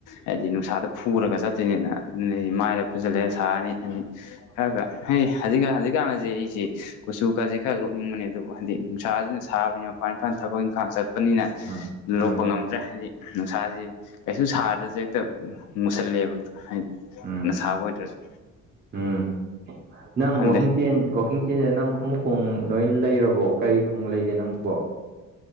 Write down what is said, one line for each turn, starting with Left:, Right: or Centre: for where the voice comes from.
Left: ꯍꯥꯏꯗꯤ ꯅꯨꯡꯁꯥꯗ ꯐꯨꯔꯒ ꯆꯠꯇꯣꯏꯅꯤꯅ ꯑꯗꯨꯗꯤ ꯃꯥꯏ ꯄꯨꯖꯜꯂꯦ ꯁꯥꯔꯅꯤ ꯈꯔꯒ ꯍꯩ ꯍꯧꯖꯤꯛꯀꯥꯟ ꯍꯧꯖꯤꯛꯀꯥꯟꯁꯦ ꯑꯩꯁꯤ ꯀꯨꯆꯨ ꯀꯥꯁꯦ ꯈꯔ ꯂꯣꯛꯅꯤꯡꯕꯅꯦ ꯑꯗꯨꯕꯨ ꯍꯥꯏꯖꯤꯗꯤ ꯅꯨꯡꯁꯥꯖꯤꯅꯁꯨ ꯊꯥꯕꯅꯤꯅ ꯃꯄꯥꯟ ꯏꯄꯥꯟ ꯊꯕꯛ ꯏꯪꯈꯥꯡ ꯆꯠꯄꯅꯤꯅ
Right: ꯎꯝ ꯎꯝ
Left: ꯂꯣꯛꯄ ꯉꯝꯗ꯭ꯔꯦ ꯍꯥꯏꯕꯗꯤ ꯅꯨꯡꯁꯥꯁꯤ ꯀꯩꯁꯨ ꯁꯥꯔꯗ꯭ꯔꯖꯦ ꯍꯦꯛꯇ ꯃꯨꯁꯜꯂꯦꯕ ꯍꯥꯏꯗꯤ
Right: ꯎꯝ
Left: ꯀꯥꯟꯅ ꯁꯥꯕ ꯑꯣꯏꯗ꯭ꯔꯁꯨ
Right: ꯎꯝ ꯅꯪ
Left: ꯈꯪꯗꯦ
Right: ꯋꯥꯛꯀꯤꯡ ꯆꯦꯟ ꯋꯥꯋꯥꯛꯀꯤꯡ ꯆꯦꯟꯖꯤꯅ ꯅꯪ ꯈꯨꯃꯨꯛꯀꯣꯡ ꯂꯣꯏ ꯂꯩꯔꯕꯣ ꯀꯔꯤ ꯈꯨꯃꯨꯛ ꯂꯩꯒꯦ ꯅꯪꯕꯣ